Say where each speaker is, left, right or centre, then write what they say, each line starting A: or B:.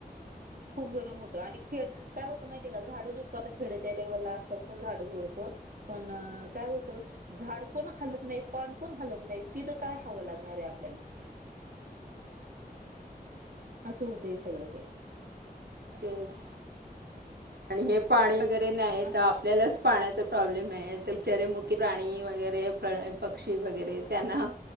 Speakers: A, on the right; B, on the right.
A: खूप गरम होत आणि खेळ काय होत माहितीय का झाड झुड आता खेडच्या लेवलला असतात पण पण काय होत झाड पण हलत नाही पा पण हत नाही त काय हवं लागणार आहे आपल्याला.
B: <unintelligible>
A: असं होतय सगळं काय.
B: तेच आणि हे पाणी वगैरे नाही
A: अस
B: तर आपल्यालाच पाण्याचा प्रॉब्लेम आहे बचारे मुख्य प्राणी वगैरे पक्षी वगैरे त्यांना